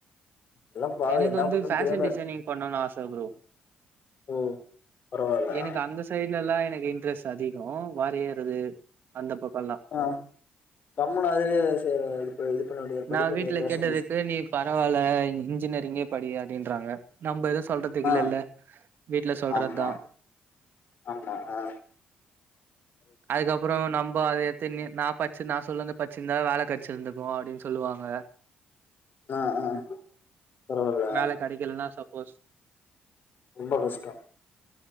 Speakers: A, on the left; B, on the right.
A: எல்லா பாவோ
B: எனக்கு
A: என்ன
B: வந்து
A: பண்றதுன்னு
B: ஃபேஷன்
A: தெரியாம
B: டிசைனிங் பண்ணன் ஆச ப்ரோ
A: ஓ பரவால்ல
B: எனக்கு அந்த சைட்லல்லா எனக்கு இன்ட்ரெஸ்ட் அதிகோ வரையறது அந்த பக்கொல்லா
A: ஆ கம்முனு அதுலயே ச இது ப இது பண்ண முடியாது
B: நா
A: படிக்க முடியாது
B: வீட்ல
A: ஃபேஷன்
B: கேட்டதுக்கு
A: டிஷை
B: நீ பரவால்ல இன்ஜினியரிங்கே படி அப்டின்றாங்க நம்ம எதுவு சொல்றதுக்கில்லல
A: ஆ
B: வீட்ல சொல்றதா
A: ஆமா ஆமா அ
B: அதுக்கப் ப்றோ நம்ப அத எத்துனு நா பச்சு நா சொல்லத பச்சுருந்தா வேல கெடச்சிருந்துக்கு அப்டின் சொல்லுவாங்க
A: ஆ ஆ பரவால்ல
B: வேல கெடைக்கலனா சப்போஸ்
A: ரொம்ப கஷ்டொ